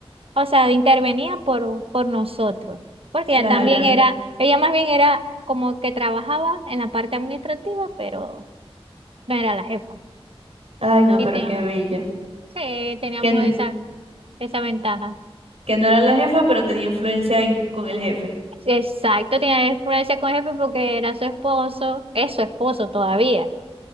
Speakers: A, on the right; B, on the right.
A: o sea, intervenía por, por nosotros, porque
B: Claro.
A: ella también era, ella más bien era como que trabajaba en la parte administrativa, pero no era la jefa.
B: Ay, no,
A: Y
B: pero
A: teníamos,
B: qué bella.
A: sí, teníamos
B: Que, n-
A: esa, esa ventaja.
B: que no era la jefa, pero tenía influencia en- con el jefe.
A: Exacto, tenía que ponerse con el jefe porque era su esposo, es su esposo todavía.